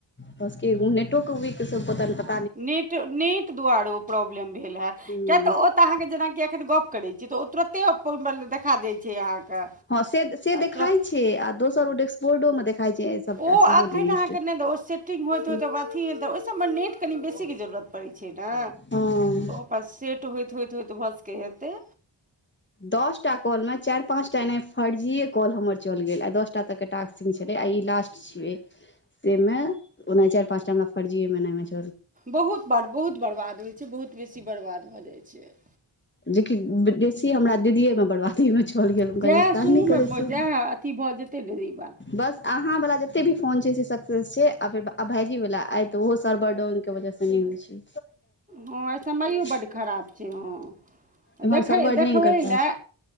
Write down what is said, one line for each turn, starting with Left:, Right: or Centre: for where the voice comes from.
Left: भऽ सकैए ओ नेटोके वीक सँ पतानै।
Right: नेट- नेट दुआरे ओ प्रॉब्लम भेल हेएत
Left: हँ
Right: किए तऽ ओ। अहाँके जेनाकि एखन गप करै छी त ओ तुरते अपन बला देखा जाइ छै अहाँके।
Left: हँ से - से देखाय
Right: तुरत
Left: छै आ दोसर ओ डेेक्स बोर्डो में देखाइ छै। सभटा
Right: ओ
Left: सेहो
Right: अखन
Left: लिस्ट
Right: अहाँके नै द ओ सेटिंग होइत
Left: हँ
Right: होइत ओकरा अथी द ओइ सभ मे नेट कनि बेसी के जरूरत परै छै ने।
Left: हॅं
Right: ओकरा सेट होइत होइत होइत भ सकैए हेतै।
Left: दस टा कॉल मे चारि पाँच टा एनाहि फर्जीए कॉल हमर चल गेलए दसटा तक टास्क आ ई लास्ट छियै तै मे ओना चारि पाँचटा हमरा फर्जीए बनेने छै।
Right: बहुत बाद बहुत बर्बाद होइ छै बहुत बेसी बर्बाद भ जाइ छै।
Left: जे कि बेसी हमरा दीदीए मे बरबादी मे चल गेल हुनकर
Right: जएह
Left: नेट काज
Right: शुरूमे
Left: नै करै छै।
Right: जएह अथी भऽ जेतै ने ई बात
Left: बस अहाँ वला जते भी फोन छै से सक्सेस छै आ फेर आ भाइजी बला आइ ते ओहो सर्वर डाउन के वजह से नै होइ छै।
Right: हँ आइ समयो
Left: <unintelligible>
Right: बड्ड खराब छै हँ
Left: एम्हर
Right: देखै
Left: सर्वर नहि
Right: देखबै
Left: हिनकर काज
Right: ले